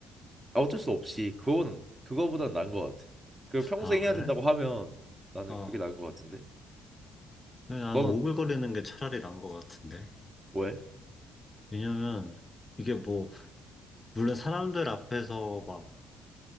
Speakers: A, on the right; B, on the left.
A: 아, 어쩔 수 없이 그거는 그거보단 나은 것 같아. 그 평생
B: 아,
A: 해야
B: 그래?
A: 된다고 하면 나는
B: 어.
A: 그게 나은 것 같은데.
B: 근데 나는
A: 너는
B: 오글거리는 게 차라리 나은 것 같은데.
A: 왜?
B: 왜냐면 이게 뭐, 물론 사람들 앞에서 막